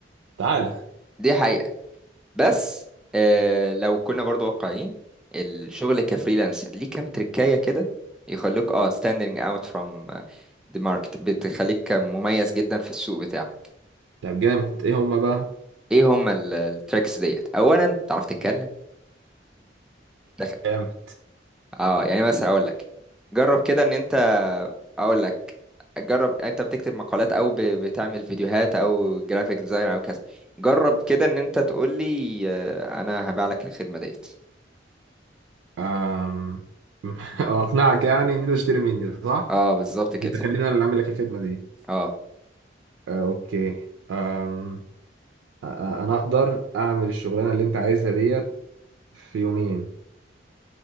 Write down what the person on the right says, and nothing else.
تعالى
طب جامد ايه هما بقى
جامد
أم... <laughs> اقنعك يعني ان انت تشتري مني صح؟
انت خليني انا اللي اعمل لك الخدمة دي
آه، اوكي أم... أ- أ- انا اقدر اعمل الشغلانة اللي انت عايزها ديت في يومين